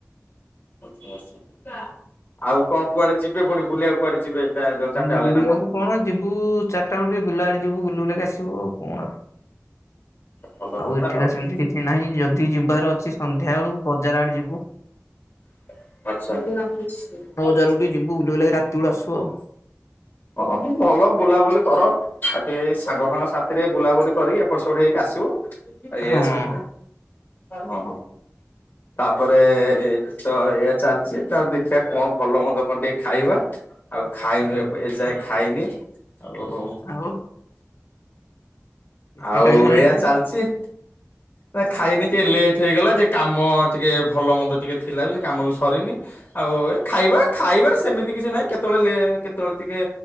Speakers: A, on the left; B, on the left.
A: ଆଚ୍ଛା ଆଚ୍ଛା ଆଉ କଣ କୁଆଡେ ଯିବେ ପୁଣି ବୁଲିବାକୁ କୁଆଡେ ଯିବେ? ଯୋଉ ଚାରିଟା ବେଳେ
B: ବୁଲିବାକୁ
A: ନା
B: କଣ ଯିବୁ ଚାରିଟା ବେଳେ ଟିକେ ବୁିଲା ଆଡେ ଯିବୁ ବୁଲ ବୁଲାକି ଆସିବୁ ଆଉ କଣ ଆଉ
A: ଭଲ କଥା
B: ଏଠି
A: ଆଉ
B: ତ
A: ଯ
B: ସେମିତି କିଛି ନାହିଁ ଯଦି ଯିବାର ଅଛି ସନ୍ଧ୍ୟା ବେଳୁ ବଜାର ଆଡେ ଯିବୁ।
A: ପଚନ୍ଦ
B: ତ ଗୋଟେ ଯୁଲ ଲାଗି ରାତି ବେ ଆସୁ ଆଉ।
A: ହଁ ଭଲ ବୁଲାବୁଲି କର। ଆଉ ଟିକେଇ ସାଙ୍ଗ ସାାଙ୍ଗ ସାଥିରେ ବୁଲାବୁଲି କରିକି ଏପଟ ସେପଟେ ହେଇକି ଆସିବ। ଆ ଏଇଆ
B: ହଁ
A: ସବୁ ହଁ। ତାପରେ ଏ ତ ଏଇଆ ଚାଲିଛି ତା ଦେଖିବା କଣ ଭଲ ହନ୍ଦ କଣ ଟିକେ ଖାଇବା? ଆଉ ଖାଇନୁ ଏ ଏ ଯାଏ ଖାଇନି ଆଉ
B: ଆଉ ଏତେ
A: ଆଉ
B: ଟାଇମ ହେଲାଣି
A: ଏଇଆ ଚାଲିଚି। ନା ଖାଇନି ଟିକେ ଲେଟ ହେଇଗଲା। ଟିକେ କାମ ଟିକେ ଭଲ ମନ୍ଦ ଟିକେ ଥିଲା ବି ସେ କାମ ବି ସରିନି। ଆଉ ଏ ଖାଇବା ଖାଇବାରେ ସେମିତି କିଛି ନାହିଁ। କେତେବେଳେ ଲେ କେତେବେଳେ ଟିକେ